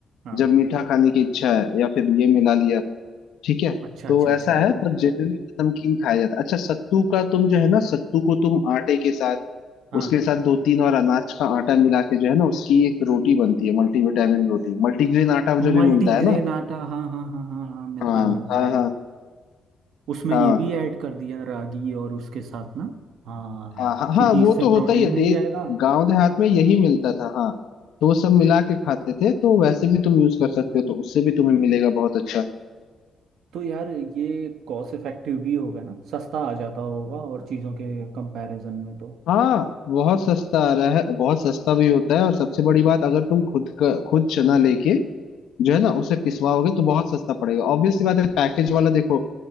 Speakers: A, on the right (about 80°); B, on the left (about 90°).
A: हाँ
B: जब मीठा खाने की इच्छा है या फिर ये मिला लिया ठीक है
A: अच्छा
B: तो
A: अच्छा
B: ऐसा
A: अच्छा
B: है पर जनरली नमकीन खाया जाता है अच्छा सत्तू का तुम जो है ना सत्तू को तुम आटे के साथ
A: हाँ
B: उसके साथ दो तीन और अनाज का आटा मिला के जो है ना उसकी एक रोटी बनती है मल्टीविटामिन रोटी मल्टीग्रेन आटा जो भी
A: मल्टीग्रेन
B: मिलता है ना
A: आटा हाँ हाँ हाँ हाँ हाँ मिलता
B: हाँ
A: है मिलता
B: हाँ
A: है
B: हाँ
A: उसमें
B: हाँ
A: ये भी ऐड कर दिया रागी और उसके साथ ना हाँ
B: हाँ हाँ
A: क्योंकि
B: हाँ वो
A: इससे
B: तो होता
A: प्रोटीन
B: ही है
A: मिल
B: दे
A: जाएगा
B: गांव देहात में यही मिलता था हाँ तो वो सब मिला के खाते थे तो वैसे भी तुम यूज कर सकते हो तो उससे भी तुम्हें मिलेगा बहुत अच्छा
A: तो यार ये कॉस्ट इफेक्टिव भी होगा ना सस्ता आ जाता होगा और चीज़ों के कंपैरिजन में तो
B: हाँ बहुत सस्ता आ रहा है बहुत सस्ता भी होता है और सबसे बड़ी बात अगर तुम खुद का खुद चना लेके जो है ना
A: हाँ है
B: उसे पिसवाओगे तो बहुत सस्ता पड़ेगा ऑब्वियस सी बात है पैकेज वाला देखो